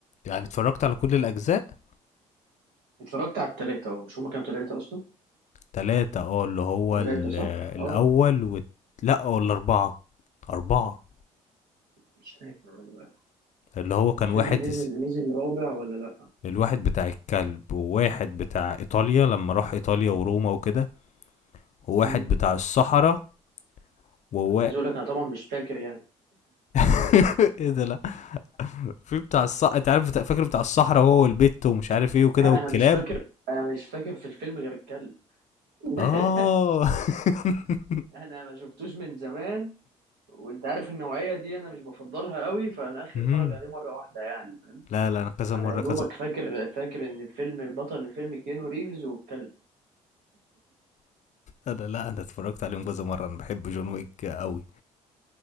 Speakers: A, on the left (about 50°); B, on the right (about 75°).
A: يعني اتفرجت على كل الاجزاء
B: اتفرجت على التلاتة اهو مش هما كانوا تلاتة اصلا
A: تلاتة اه اللي هو
B: تلاتة
A: ال-
B: صح
A: الاول
B: اه
A: وال... لا آه، ولا اربعة اربعة
B: مش فاكر والله
A: اللي هو كان
B: مش
A: واحد
B: فاكر نزل
A: اس-
B: نزل رابع ولا لا
A: الواحد بتاع الكلب وواحد بتاع ايطاليا لما راح ايطاليا وروما وكده وواحد
B: امم
A: بتاع الصحراء ووا
B: عايز اقول لك انا طبعا مش فاكر يعني
A: <laughs> ايه ده لا في بتاع الصحراء انت عارف بتاع... فاكر بتاع الصحراء وهو والبت ومش عارف ايه
B: <laughs>
A: وكده
B: انا
A: والكلاب
B: مش فاكر انا مش فاكر في الفيلم غير الكلب <laughs>
A: اه <laughs>
B: انا ما شفتوش من زمان وانت عارف النوعيه دي انا مش بفضلها قوي فانا اخر
A: مم.
B: اتفرج عليه مره واحده يعني
A: لا لا انا كذا
B: فانا
A: مره
B: يا دوبك
A: كذا
B: فاكر فاكر ان الفيلم بطل الفيلم كيانو ريفز والكلب
A: انا لا انا اتفرجت عليهم كذا مره انا بحب جون ويك قوي